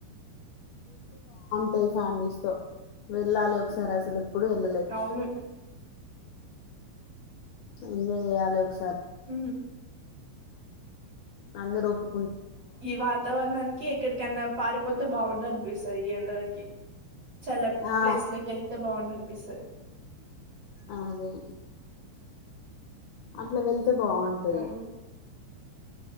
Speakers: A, on the left; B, on the right.
A: టే ఫ్యామిలీస్ తో వెళ్ళాలి ఒకసారి అసలు ఎప్పుడు ఎల్లలే
B: అవును
A: ఎంజాయ్ చేయాలి ఒక
B: హ
A: అంద రూపు
B: ఈ వాతావరణానికి ఎక్కడికన్నా పారిపోతే బాగుండ అనిపిస్తుది ఈ ఎండలకి చల్ల
A: ఆ
B: ప్లేస్ లోకి వెళ్తే బాగుండ అనిపిస్తుంది
A: అదే అట్లా వెల్ అంతే బాగుంటాయి
B: అవును